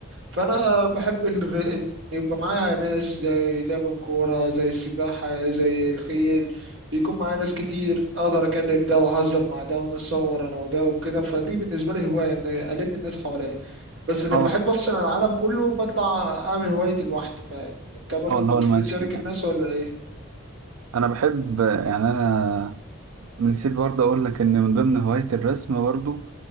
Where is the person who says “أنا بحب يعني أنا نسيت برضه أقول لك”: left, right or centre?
Right